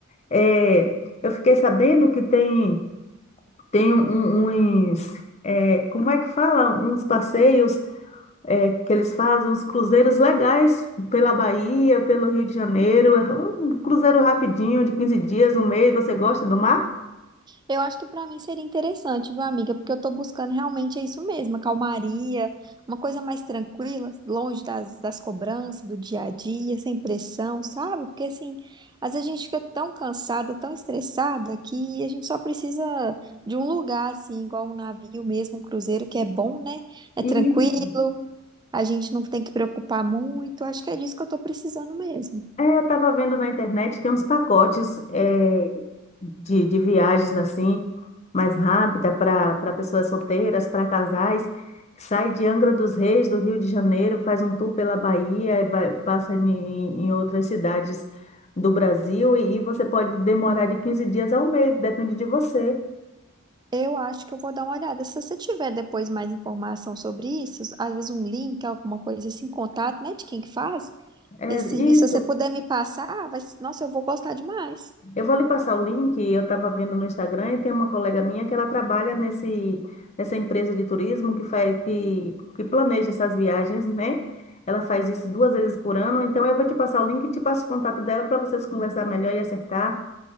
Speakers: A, on the left (about 35°); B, on the right (about 20°).
A: É, eu fiquei sabendo que tem. Tem um- um, uns, é, como é que fala? Uns passeios, é, que eles fazem, uns cruzeiros legais pela Bahia, pelo Rio de Janeiro. É Um cruzeiro rapidinho, de 15 dias, um mês. Você gosta do mar?
B: Eu acho que para mim seria interessante, viu, amiga? Porque eu tô buscando realmente é isso mesmo, a calmaria, uma coisa mais tranquila, longe das, das cobranças do dia a dia, sem pressão, sabe? Porque assim, às vezes a gente fica tão cansada, tão estressada, que a gente só precisa de um lugar, assim, igual um navio mesmo, um cruzeiro, que é bom, né? É
A: Isso.
B: tranquilo. A gente não tem que preocupar muito. Acho que é disso que eu estou precisando mesmo.
A: É, eu estava vendo na internet, tem uns pacotes é, de, de viagens assim mais rápida para para pessoas solteiras, para casais, que sai de Angra dos Reis, do Rio de Janeiro, faz um tour pela Bahia, e vai, passa em, em outras cidades do Brasil e, e você pode demorar de 15 dias a um mês, depende de você.
B: Eu acho que eu vou dar uma olhada. Se você tiver depois mais informação sobre isso, às vezes um link, alguma coisa assim, contato, né, de quem que faz
A: É
B: esse serviço,
A: isso.
B: se você puder me passar, vai, nossa, eu vou gostar demais.
A: Eu vou lhe passar o link, eu estava vendo no Instagram e tem uma colega minha que ela trabalha nesse, nessa empresa de turismo que faz, que, que planeja essas viagens, né? Ela faz isso duas vezes por ano, então eu vou te passar o link e te passo o contato dela para vocês conversar melhor e acertar,